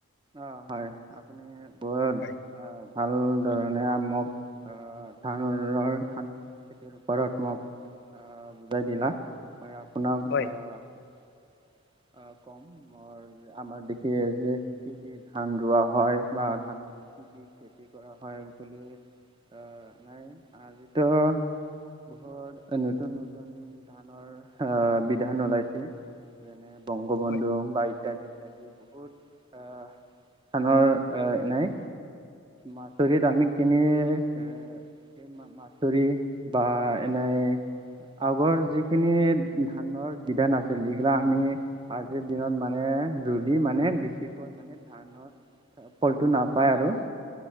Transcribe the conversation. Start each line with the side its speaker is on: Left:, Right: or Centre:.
Right: অ হয় আপুনি বত
Left: হয়
Right: আহ ভাল ধৰণে মোক আহ ধানৰ ধান খেতিৰ ওপৰত মোক বুজাই দিলা। মই আপোনাক
Left: হয়
Right: আহ <inaudible> আহ কম ম আমাৰ দেখি যে কি কি ধান ৰুৱা হয় বা ধানত কি কি খেতি কৰা হয় বুলি <inaudible> অ নাই আজিতো বহুত নতুন নতুন ধানৰ আহ বিধান ওলাইছে যেনে বংগবন্ধু
Left: হয়
Right: বা ইত্যাদি ইত্যাদি বহুত ধানৰ নাই মাচৰিত আমি কেনে এ এই মাছৰি বা এনেই আগৰ যিখিনি ধানৰ বিধান আছিল যিগিলা আমি আজিৰ দিনত মানে ৰুলি মানে বেছিকৈ মানে ধানৰ ফলটো নাপায় আৰু।